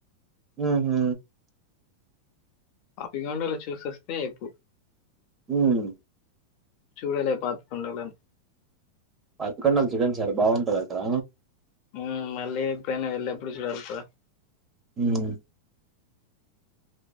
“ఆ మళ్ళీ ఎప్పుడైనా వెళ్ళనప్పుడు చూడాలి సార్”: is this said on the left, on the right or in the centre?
Left